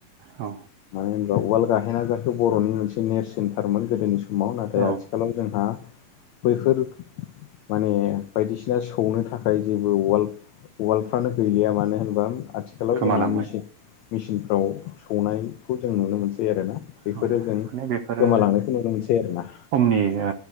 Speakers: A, on the right (about 80°); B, on the left (about 85°).
A: औ
B: मानो होनबा वाल्ड गाहेना जाखो बर'नि मोनसे नेट सेन्थारमोन गोदोनि समाव नाथाय
A: औ
B: आथिखाल आथिखालाव जोंहा बैफोर माने बायदिसिना सौनो थाखाय जेबो वाल्ड वाल्डफ्रानो गैलिया मानो होनबा आथिखालाव
A: गोमालांबाय
B: जोंहा मेसिन मेचनफ्राव सौनायखौ जों नुनो मोनसै आरो ना बेफोरो
A: औ
B: जों
A: माने बेफोरो
B: गोमालांनायखौ नुनो मोनसै आरो ना
A: समनि ओ